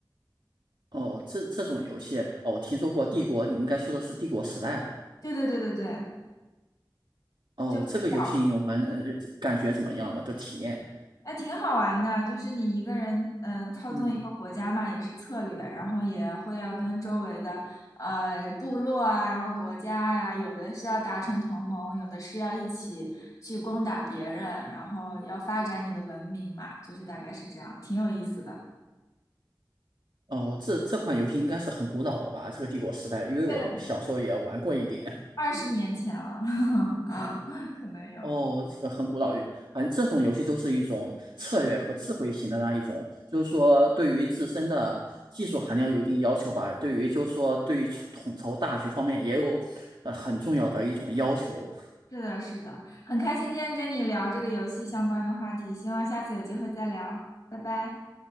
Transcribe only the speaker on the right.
哦，这这种游戏，哦，我听说过《帝国》，你应该说的是《帝国时代》吧？
哦，
这个游戏你玩，呃，感觉怎么样了？的体验？
嗯，
哦，这这款游戏应该是很古老了吧？这个帝国时代，因为我小时候也玩过一点。
哦，这个很古老，反正这种游戏就是一种策略和智慧型的那一种，就是说对于自身的技术含量有一定要求吧，对于就是说对于统统筹大局方面也有呃很重要的一种要求。